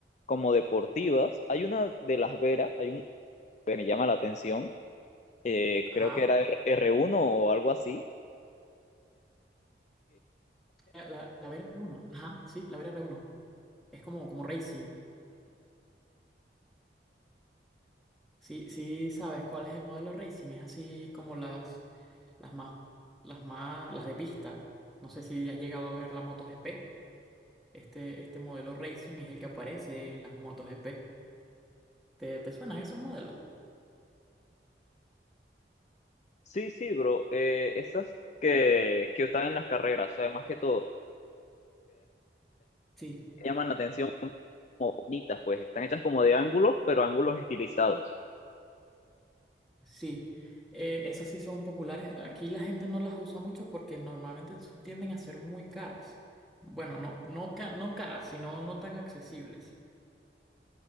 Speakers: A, on the left; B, in the centre.
A: como deportivas. Hay una de Las Veras, hay un que me llama la atención, eh,
B: Ajá.
A: creo que era R- uno o algo así
B: La, la, la VR1. Ajá, sí, la vr Uno. Es como, como racing. Sí, sí, sabes cuál es el modelo racing. Es así como las, las más, las más, las de pista. No sé si has llegado a ver la MotoGP. Este, este modelo racing es el que aparece en las MotoGP. ¿Te, te suenan esos modelos?
A: Sí, sí, bro. Eh, esas que, que están en las carreras, o sea, más que todo,
B: Sí,
A: llaman la atención como bonitas, pues están hechas como de ángulos, pero ángulos estilizados.
B: Sí, eh, esas sí son populares. Aquí la gente no las usa mucho porque normalmente su- tienden a ser muy caras. Bueno, no, no, ca- no caras, sino no tan accesibles.